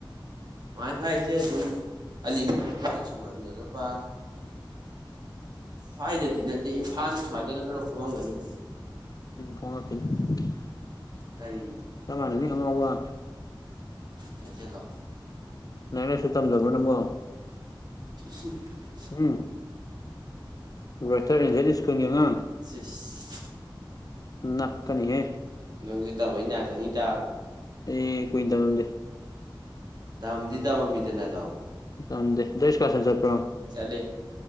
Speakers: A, on the right; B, on the left.
A: ꯋꯥꯏ ꯐꯥꯏꯁꯦ ꯑꯗꯨꯝ ꯑꯜꯂꯤꯃꯤꯇꯦꯠ <unintelligible> ꯂꯨꯄꯥ ꯁ꯭ꯋꯥꯏꯗꯗꯤ ꯅꯠꯇꯦ ꯏꯝꯐꯥꯜ ꯁ꯭ꯋꯥꯏꯗꯅ ꯈꯔ ꯍꯣꯡꯉꯝꯒꯅꯤ
B: ꯎꯝ ꯍꯣꯡꯉꯛꯈꯤꯅꯤ
A: ꯀꯔꯤ
B: ꯆꯞ ꯃꯥꯟꯅꯅꯤ ꯑꯉꯥꯎꯕ
A: ꯍꯥꯏꯖꯜꯂꯣ
B: ꯂꯥꯏꯔꯤꯛ ꯂꯥꯏꯁꯨ ꯇꯝꯗꯕꯔꯣ ꯅꯪꯕꯣ
A: <unintelligible>
B: ꯎꯝ ꯔꯣꯏꯇꯔ ꯑꯦꯟꯖꯦꯟꯠ ꯁ꯭ꯀꯨꯜꯒꯤ ꯑꯉꯥꯡ
A: ꯆꯤꯁ
B: ꯅꯞꯀꯅꯤꯍꯦ
A: ꯅꯪꯖꯖ ꯇꯝꯃꯛꯏ ꯉꯥꯛꯇꯅꯤꯗ
B: ꯑꯦ ꯀꯨꯏꯅ ꯇꯝꯂꯝꯗꯦ
A: ꯇꯝꯗꯤ ꯇꯝꯃꯝꯃꯤꯗꯅ ꯇꯥꯗꯣ
B: ꯇꯝꯗꯦ ꯍꯟꯗꯛ ꯑꯦꯁꯀꯔꯁꯟ ꯆꯠꯄ꯭ꯔꯣ
A: ꯆꯠꯂꯤ